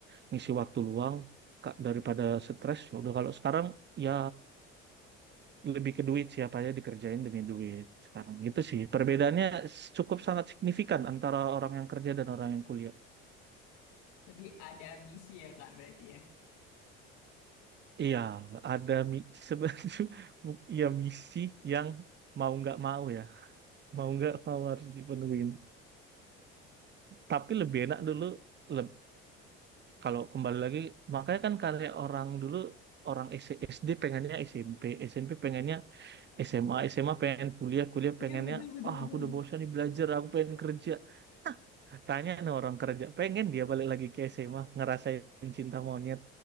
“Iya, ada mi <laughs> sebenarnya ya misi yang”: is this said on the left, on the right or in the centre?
Right